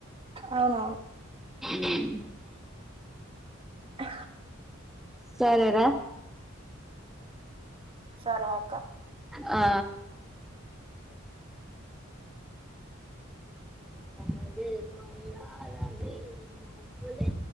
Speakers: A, on the right (about 25°); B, in the centre.
A: అవునవును
B: ఉమ్
A: అ
B: సరేరా
A: సరే అక్క
B: ఆ ఏమండి కొళాల అండి మేము మలే